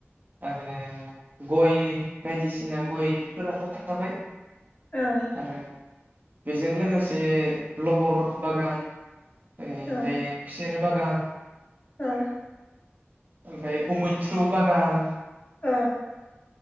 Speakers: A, on the right; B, on the left.
A: आरो गय बायदिसिना गय फोरथ' थाखाबाय
B: औ
A: आरो बेजों लोगोसे लबर बागान ओमफ्राय
B: औ
A: खुसेर बागान
B: औ।
A: ओमफ्राय अ मैथ्रु बागान
B: औ